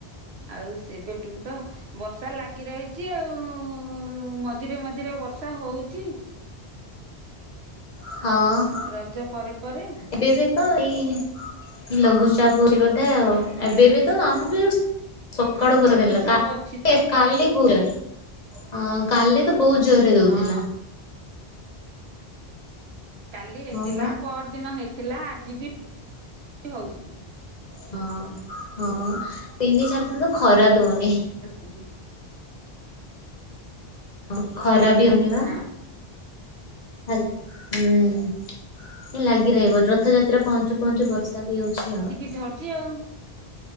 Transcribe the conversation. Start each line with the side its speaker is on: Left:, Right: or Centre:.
Right: ଆଉ ସେବେଠୁ ତ ବର୍ଷା ଲାଗି ରହିଛି ଆଉ ମଝିରେ ମଝିରେ ବର୍ଷା ହଉଛି।
Left: ହଁ।
Right: ରଜ ପରେ ପରେ
Left: ଏବେ ଏବେ ତ ଏଇ ଲଘୁଚାପ ହଉଛି ବୋଧେ ଆଉ। ଏବେ
Right: ହୁଁ
Left: ବି ତ ଆମ ବି ସକାଳୁ
Right: ହୁଁ
Left: ଘର
Right: ଲଘୁଚାପ
Left: ଦେଇଥିଲା
Right: ଅଛି ତ
Left: କାଲି ଅ କାଲି ତ ବହୁତ ଜୋରେ ଦଉଥିଲା।
Right: ହଁ କାଲି ହେଇଥିଲା
Left: ହଁ ବା
Right: ପହର ଦିନ ହେଇଥିଲା ଆଜି ବି ହଉଛି।
Left: ହଁ ହଁ ତିନି ଚରିଦେଲେ ତ ଖରା ହଉନି।
Right: ମଜି
Left: ହଁ ଖରା ବି ହଉନି ବା।
Right: ନା
Left: ହଲା ହୁଁ। ଲାଗି
Right: ହୁଁ
Left: ରହିବ ରଥଯାତ୍ରା ପହଞ୍ଚୁ ପହଁଞ୍ଚୁ ବର୍ଷା ବି ହଉଛି ଆଉ।
Right: ଝରୁଚି ଆଉ।